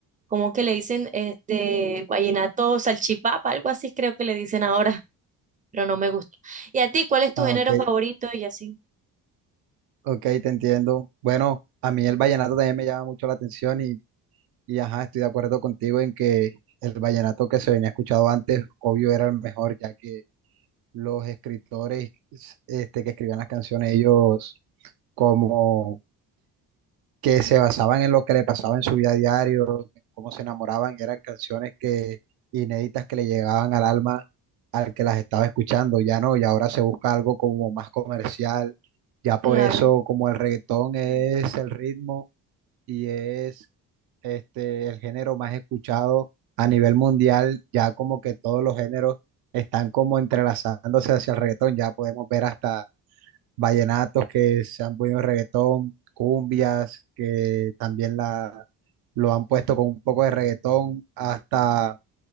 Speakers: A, on the right; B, on the right.
A: Como que le dicen este vallenato salchipapa, algo así creo que le dicen ahora pero no me gusta. ¿Y a ti cuál es tu
B: Ah,
A: género
B: ok,
A: favorito? Y así,
B: ok, te entiendo. Bueno, a mí el vallenato también me llama mucho la atención y, y ajá, estoy de acuerdo contigo en que el vallenato que se venía escuchado antes, obvio, era el mejor, ya que los escritores este, que escribían las canciones, ellos como que se basaban en lo que le pasaba en su vida diario, en cómo se enamoraban, y eran canciones que inéditas que le llegaban al alma al que las estaba escuchando, ya no, y ahora se busca algo como más comercial, ya por
A: claro,
B: eso como el reggaetón es el ritmo y es este el género más escuchado a nivel mundial, ya como que todos los géneros están como entrelazándose hacia el reggaetón, ya podemos ver hasta vallenatos que se han podido en reggaetón, cumbias que también la, lo han puesto con un poco de reggaetón, hasta